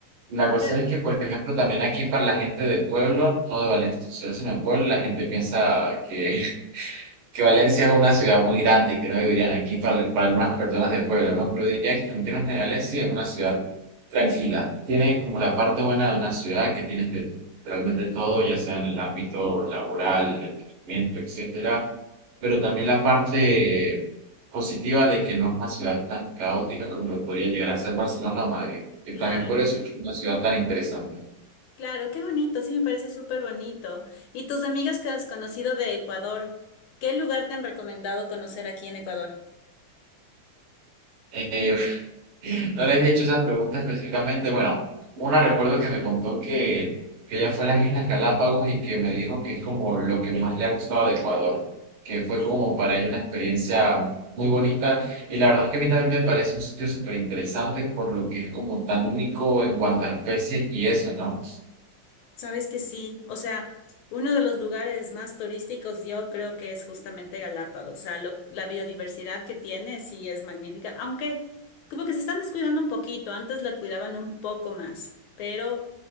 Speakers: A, on the right (about 80°); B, on the left (about 75°).
A: La cuestión
B: Qué-
A: es que, por ejemplo, también aquí para la gente de pueblo, no de Valencia, sino de pueblo, la gente piensa que es que Valencia es una ciudad muy grande y que no vivirían aquí para, para algunas personas de pueblo, ¿no? Pero diría que en términos generales sí es una ciudad tranquila. Tiene como la parte buena de una ciudad que tienes de- realmente todo, ya sea en el ámbito laboral, de entretenimiento, etcétera, pero también la parte positiva de que no es una ciudad tan caótica como lo podría llegar a ser Barcelona o Madrid, que
B: Claro,
A: también por eso es que es una ciudad tan interesante.
B: claro, qué bonito, sí me parece súper bonito. ¿Y tus amigas que has conocido de Ecuador, qué lugar te han recomendado conocer aquí en Ecuador?
A: Eh, No les he hecho esas preguntas específicamente. Bueno, una recuerdo que me contó que, que ella fue a las Islas Galápagos y que me dijo que es como lo que más le ha gustado de Ecuador, que fue
B: Sí,
A: como para ella una experiencia muy bonita. Y la verdad es que a mí también me parece un sitio súper interesante por lo que es como tan único en cuanto a especies y eso, ¿no?
B: sabes que sí. O sea, uno de los lugares más turísticos yo creo que es justamente Galápagos. O sea, lo- la biodiversidad que tiene sí es magnífica, aunque como que se están descuidando un poquito, antes la cuidaban un poco más, pero...